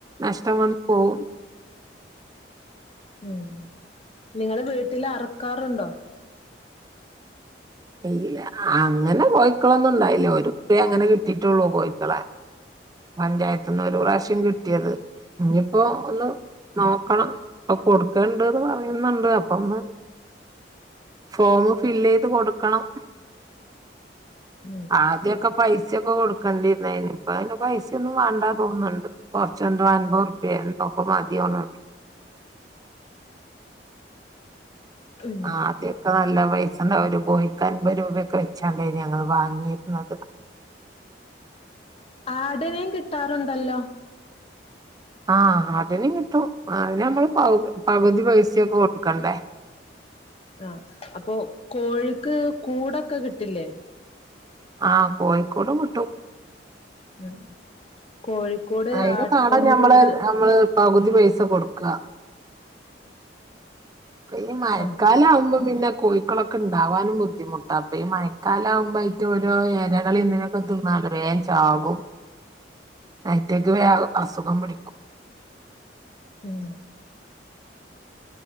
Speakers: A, on the right; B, on the left.
A: നഷ്ടം വന്നു പോവും
B: ഉം നിങ്ങള് വീട്ടില് അറ്ക്കാറുണ്ടോ
A: ഇല്ല അങ്ങനെ കോഴിക്കളൊന്നും ഇണ്ടായില്ലേ ഒരു <unintelligible> അങ്ങനെ കിട്ടിട്ടുള്ളൂ കോഴിക്കളെ പഞ്ചായത്ത്ന്ന് ഒരു പ്രാവശ്യം കിട്ടിയത് ഇഞ്പ്പോ ഒന്ന് നോക്കണം ഇപ്പം കൊടുക്കണണ്ട്ന്ന് പറയുന്നുണ്ട് അപ്പൊ ഒന്ന് ഫോമ്മ് ഫില്ലെയ്ത് കൊടുക്കണം
B: ഉം
A: ആദ്യയൊക്കെ പൈസൊക്കെ കൊടുക്കേണ്ടിരുന്നായിന് ഇപ്പ അതിന് പൈസ ഒന്നും വേണ്ടാ തോന്നുന്നുണ്ട് കൊറച്ചെന്തോ അൻമ്പൊർപ്യെ എന്തൊക്കെ മതിയോന്ന്ണ്ട്
B: ഉം
A: അദ്യൊക്കെ നല്ല പൈസണ്ട ഒരു കോഴിക്ക് അൻപത് രൂപയൊക്കെ വെച്ചാണ്ടേയ്നി ഞങ്ങള് വാങ്ങിര്ന്നത്
B: ആടിനേം കിട്ടാറുണ്ടല്ലോ
A: ആഹ് ആടിനിം കിട്ടും അതിന് നമ്മള് പൗ പകുതി പൈസൊക്കെ കൊടുക്കണ്ടേ
B: ആഹ് അപ്പൊ കോഴിക്ക് കൂടൊക്കെ കിട്ടില്ലേ
A: ആഹ് കോഴിക്കൂടും കിട്ടും
B: ഉം കോഴിക്കൂട്
A: അയിന്
B: ആട്ടുംകൂട്
A: വേണം ഞമ്മള് നമ്മള് പകുതി പൈസ കൊടുക്ക്അ ഈ മഴക്കാല
B: ആഹ്
A: ആവുമ്പം പിന്നെ കോഴി ക്കളൊക്കെ ഇണ്ടാവാനും ബുദ്ധിമുട്ടാ ഇപ്പ ഈ മഴക്കാലാവുമ്പോ ആയിറ്റ ഓരോ എരകളിന്ന്നെ പ്പ തിന്നാണ്ട് വേം ചാകും അയ്റ്റക്ക് വേഗം അസുഖം പിടിക്കും
B: ഉം